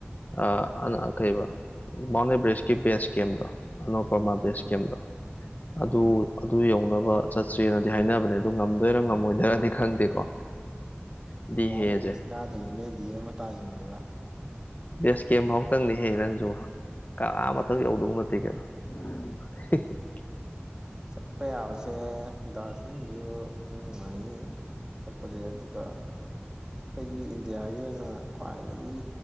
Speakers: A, on the left; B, on the right.
A: ꯑ ꯀꯩꯕ ꯃꯥꯎꯟ ꯑꯦꯕꯔꯦꯁꯀꯤ ꯕꯦꯁ ꯒꯦꯝꯗꯣ ꯑꯅꯣ ꯄ꯭ꯔꯃꯥ
B: ꯎꯝ
A: ꯕꯦꯁ
B: ꯎꯝ
A: ꯀꯦꯝꯗꯣ
B: ꯎꯝ ꯎꯝ
A: ꯑꯗꯨ ꯑꯗꯨ ꯌꯧꯅꯕ ꯆꯠꯁꯦꯅꯗꯤ ꯍꯥꯏꯅꯕꯅꯦ ꯑꯗꯨ ꯉꯝꯗꯣꯏꯔ ꯉꯝꯃꯣꯏꯗꯣꯏꯔꯗꯤ ꯈꯪꯗꯦꯀꯣ ꯗꯤ
B: ꯃꯥꯎꯟ
A: ꯍꯦꯁꯦ
B: ꯑꯦꯕꯔꯦꯁ ꯀꯥꯗꯣꯏꯅꯤꯅꯦ ꯗꯤꯍꯦ ꯃꯇꯥꯁꯤꯡꯗꯨꯒ
A: ꯕꯦꯁ ꯀꯦꯝ ꯐꯥꯎꯇꯪꯅꯦꯍꯦ ꯅꯪꯁꯨ ꯑꯥ ꯑꯊꯥꯛ ꯌꯧꯗꯧ ꯅꯠꯇꯦ ꯀꯩꯅꯣ <inaudible>
B: ꯆꯠꯄ ꯌꯥꯕꯁꯦ ꯗꯥꯔꯖꯤꯂꯤꯡꯁꯨ ꯑꯗꯨꯝ ꯅꯨꯡꯉꯥꯏꯅꯤ ꯆꯠꯄꯁꯦ ꯑꯗꯨꯒ ꯑꯩꯈꯣꯏꯒꯤ ꯏꯟꯗꯤꯌꯥꯒꯤ ꯑꯣꯏꯅ ꯈ꯭ꯋꯥꯏꯗꯒꯤ